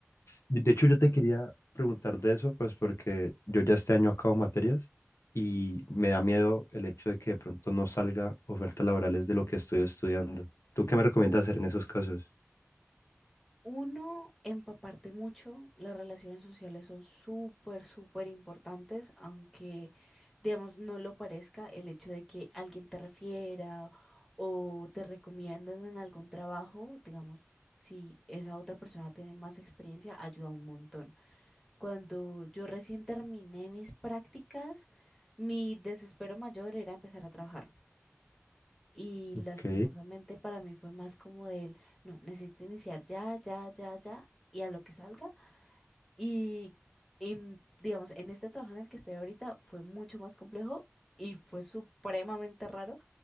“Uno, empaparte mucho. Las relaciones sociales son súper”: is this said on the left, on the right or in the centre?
Centre